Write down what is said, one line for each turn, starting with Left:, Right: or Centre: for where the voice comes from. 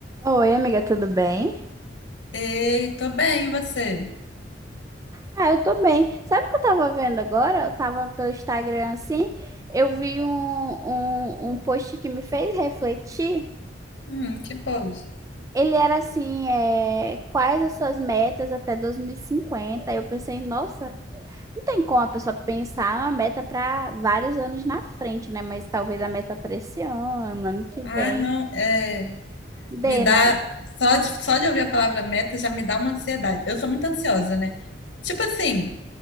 Right: Oi, amiga, tudo bem?
Left: Ei, tô bem, e você?
Right: Ah, eu tô bem. Sabe o que eu tava vendo agora? Eu tava pelo Instagram assim, eu vi um, um, um post que me fez refletir.
Left: Hum, que pode.
Right: Ele era assim, é, quais as suas metas até 2050? Aí Eu pensei, nossa, não tem como a pessoa pensar uma meta para vários anos na frente, né? Mas talvez a meta para esse ano, ano que vem,
Left: Ah, não, é,
Right: dê,
Left: me dá,
Right: né?
Left: só de, só de ouvir a palavra meta já me dá uma ansiedade. Eu sou muito ansiosa, né? Tipo assim,